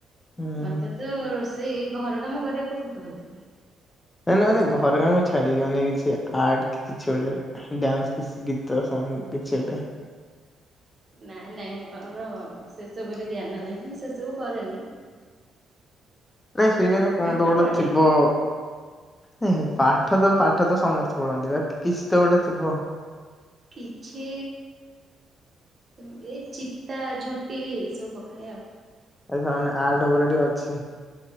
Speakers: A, on the left; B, on the right.
A: ହୁଁ।
B: ମତେ ତ ରୋଷେଇ ଏ ଘର କାମ କରିବାକୁ ବହୁତ ଭଲ ଲାଗେ।
A: ନାଇଁ ନାଇଁ ମାନେ ଘର କାମ ଛାଡିକି ମାନେ କିଛି ଆର୍ଟ କି କିଛି ଗୋଟେ। ଡ୍ୟାନ୍ସ କି ଗୀତ, ସଙ୍ଗ କିଛି ଗୋଟେ।
B: ନାଇଁ ନାଇଁ ମୋର ସେସବୁରେ ଜ୍ଞାନ ନାହିଁ, ମୁଁ ସେସବୁ କରେନି।
A: ନାଇ ଫିର୍ ବି ନାଇଁ କଣ
B: ପାଠ
A: ତ ଗୋଟେ
B: ପଢ଼େ
A: ଥିବ। ନାଇଁ ପାଠ ତ ପାଠ ତ ସମସ୍ତେ ପଢନ୍ତି, ବାକି କିଛି ତ ଗୋଟେ ଥିବ।
B: କିଛି ସେମିତି ଏଇ ଚିତା, ଝୋଟି ଏସବୁ ପକାଏ ଆଉ।
A: ସାମାନ୍ୟ ଆର୍ଟ ଉପରେ ଟିକେ ଅଛି।